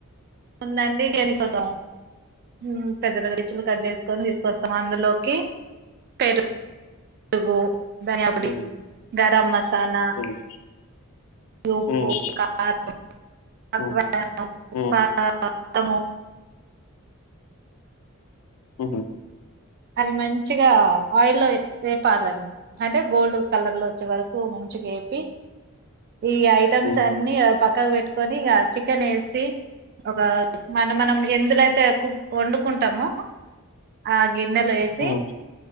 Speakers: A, on the right; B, on the left.
A: ఉందండి <unintelligible> హ్మ్ పెద్ద పెద్ద పీసులు కట్ చేసుకొని తీస్ కోసం అందులోకి పెర్ రుగు ధనియపొడి
B: హ్మ్.
A: గరం మసాలా
B: హ్మ్.
A: ఉప్పు
B: హ్మ్.
A: కారం <unintelligible>
B: హ్మ్. హ్మ్.
A: తము
B: ఉహు
A: అవి మంచిగా ఆయిల్ వేపాలండి అంటే గోల్డ్ కలర్ లో వచ్చే వరకు మంచిగా ఎపి ఈ ఐటెమ్స్
B: హ్మ్.
A: అన్ని పక్కకు పెట్ కొని ఇగ చికెన్ ఏసి ఒక మన మనం ఎందులో అయితే కు వండుకుంటామో ఆ గిన్నెలో ఏసి
B: హ్మ్.